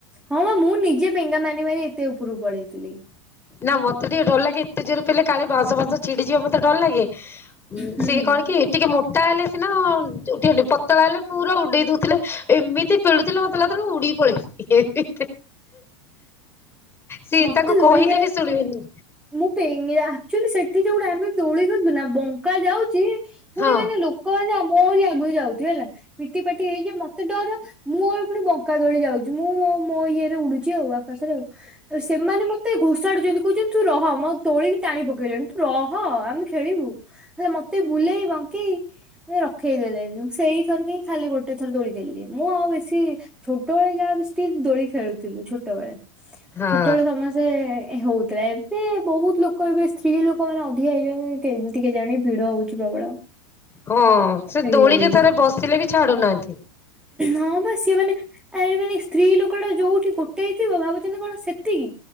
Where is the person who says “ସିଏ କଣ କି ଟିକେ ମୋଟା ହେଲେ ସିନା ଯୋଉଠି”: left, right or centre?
Left